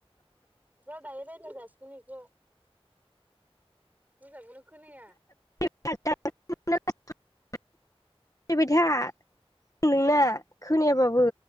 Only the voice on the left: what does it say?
<unintelligible> बायथा नोंना खोनायाबाबो।